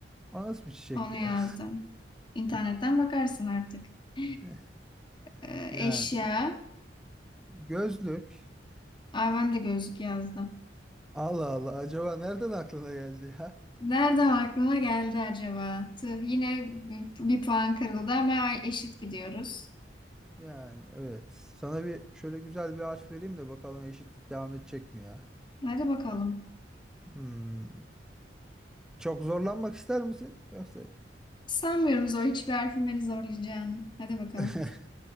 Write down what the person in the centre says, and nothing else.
O nasıl bir çiçek
ya?
<laughs>
Yani
gözlük.
Allah Allah. Acaba nereden aklına geldi ya?
Yani evet. Sana bir şöyle güzel bir harf vereyim de bakalım eşitlik devam edecek mi ya?
Hmm. Çok zorlanmak ister misin? Yoksa
<laughs>